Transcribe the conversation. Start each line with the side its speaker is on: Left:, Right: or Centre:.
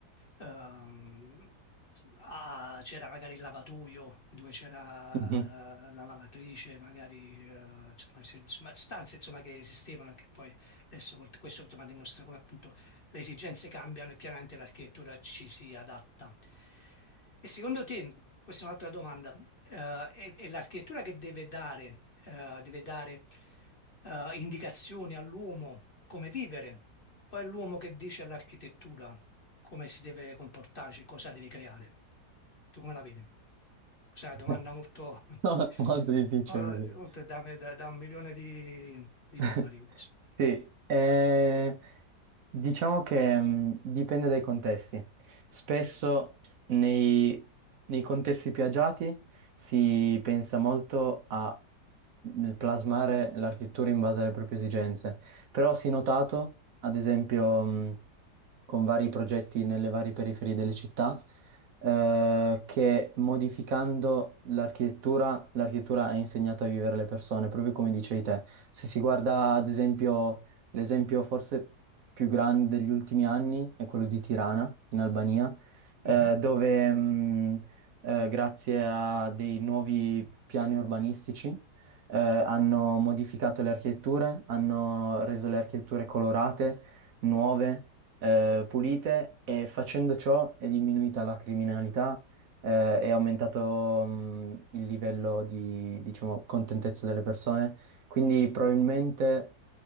Left: ehm, ah, c'era magari il lavatoio dove c'era
Right: Mhm.
Left: la lavatrice, magari, eh, insomma, se- insomma, stanze insomma, che esistevano e che poi adesso col- questo insomma, dimostra come appunto le esigenze cambiano e chiaramente l'architettura ci si adatta. E secondo te, questa è un'altra domanda, eh, è, è l'architettura che deve dare, eh, deve dare, eh, indicazioni all'uomo come vivere o è l'uomo che dice all'architettura come si deve comportarsi, cosa deve creare? Tu come la vedi? Questa è una
Right: <laughs>
Left: domanda molto, <laughs>
Right: No, è molto difficile
Left: eh,
Right: così.
Left: oltre da, da- da un milione di, di
Right: <laughs>
Left: dollari. quasi.
Right: Sì, eh, diciamo che mh, dipende dai contesti. Spesso nei, nei contesti più agiati si pensa molto a mh, plasmare l'architettura in base alle proprie esigenze, però si è notato, ad esempio, mh, con vari progetti nelle varie periferie delle città, eh, che modificando l'architettura, l'architettura ha insegnato a vivere le persone, proprio come dicevi te. Se si guarda, ad esempio, l'esempio forse più grande degli ultimi anni è quello di Tirana, in Albania, eh,
Left: Mhm.
Right: dove, mh, eh, grazie a dei nuovi piani urbanistici, eh, hanno modificato le architetture, hanno reso le architetture colorate, nuove eh, pulite e facendo ciò è diminuita la criminalità, eh, è aumentato, mh, il livello di, diciamo, contentezza delle persone. Quindi probabilmente,